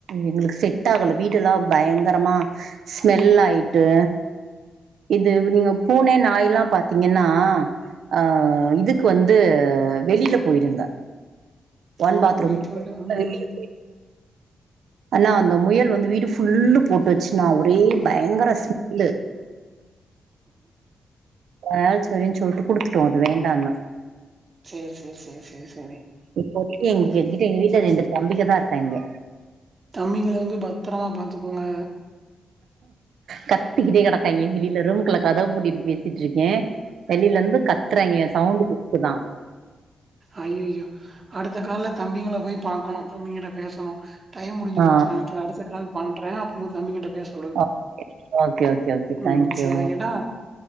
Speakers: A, on the right; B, on the right.
A: எங்களுக்கு செட்டாகல வீடெல்லா பயங்கரமா ஸ்மெல்லாயிட்டு இது நீங்க பூன நாய்லா பாத்தீங்கன்னா அ இதுக்கு வந்து வெளிலப் போயிருங்க ஒன்
B: ஆமா
A: பாத்ரூம்
B: வீட்டோட ம்
A: வெளியில ஆனா அந்த முயல் வந்து வீடு ஃபுல்லு போட்டு வெச்சுன்னா ஒரே பயங்கர ஸ்மெல்லு வே செரின் சொல்ட்டு குடுத்துட்டோ அது வேண்டான்னு
B: சேர் சேர் சேர் சேர் செரி
A: இப்போதக்கி எங் எங்கிட்ட எங்க வீட்ல ரெண்டுத் தம்பிகதா இருக்காய்ங்க
B: தம்பிங்கள வந்து பத்தரமா பாத்துகோங்க
A: கத்திகிட்டே கெடக்காய்ங்க வெளில ரூம்குள்ள கதவுப் பூட்டிட்டு பேசிட்ருக்கே வெளிலேந்து கத்தறாய்ங்க சவுண்ட்டு கேக்குதா
B: ஐயிய்யோ அடுத்த கால்ல தம்பிங்களப்போய் பாக்கணு தம்பிங்கிட்ட பேசணு டைம் முடிஞ்சி
A: ஆ
B: போச்சு நெனைக்கே அடுத்த கால்ப் பண்றே அப்பம்மோது தம்பிங்கிட்ட பேச்
A: ஓகே ஓகே ஓகே ஓகே தேங்க்யூ
B: ம் சேரி வைக்கட்டா